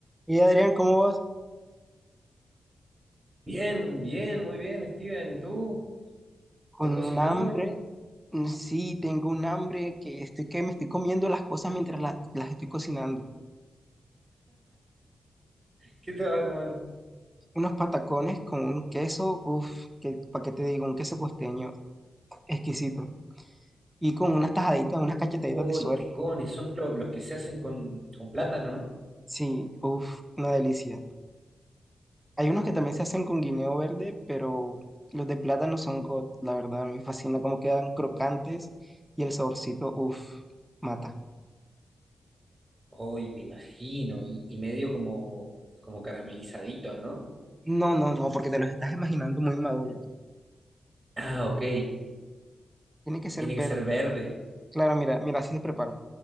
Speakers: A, in the centre; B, on the right.
A: Y Adrián, ¿cómo vas?
B: Bien, bien, muy bien, Steven. ¿Y tú?
A: Con
B: ¿Estás cocinando?
A: un hambre. Mm, Sí, tengo un hambre que estoy que me estoy comiendo las cosas mientras la- las estoy cocinando.
B: ¿Qué te vas a comer?
A: Unos patacones con un queso, uff, que, ¿para qué te digo? Un queso costeño exquisito. Y con unas tajaditas, unas cachetaditas
B: ¡Ay,
A: de suero.
B: qué cones! Son lo- los que se hacen con, con plátano, ¿no?
A: Sí, uff, una delicia. Hay unos que también se hacen con guineo verde, pero los de plátano no son god, la verdad, a mí me fascina cómo quedan crocantes y el saborcito, uff, mata.
B: ¡Ay, me imagino! Y, y medio como, como caramelizadito, ¿no?
A: No, no, no, porque te los estás imaginando muy maduro.
B: Ah, ok.
A: Tiene que ser
B: Tiene
A: verde.
B: que ser verde.
A: Claro, mira, mira, así se prepara.